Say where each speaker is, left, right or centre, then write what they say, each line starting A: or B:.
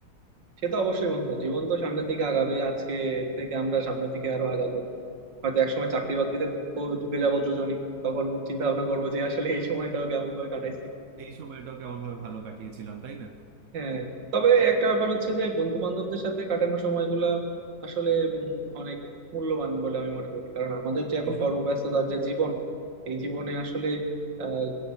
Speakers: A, on the right; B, on the right.
A: সে তো অবশ্যই বন্ধু জীবন তো সামনের দিকে আগাবে আজকে থেকে আমরা সামনের দিকে আরো আগাবো হয়তো একসময় চাকরি বাকরিতে ঢুকে যাবো দুজনেই তখন চিন্তা ভাবনা করবো যে আসলে এই সময়টাও কেমন ভাবে কাটাইছি
B: এই সময়টাও কেমন ভাবে ভালো কাটিয়েছিলাম তাই না
A: হ্যাঁ তবে একটা ব্যাপার হচ্ছে যে বন্ধু বান্ধবদের সাথে কাটানো সময়গুলা আসলে উম, অনেক মূল্যবান বলে আমি মনে করি কারণ আমাদের যে এখন
B: ভীষণ
A: কর্মব্যস্ততার যে জীবন এই জীবনে আসলে আহ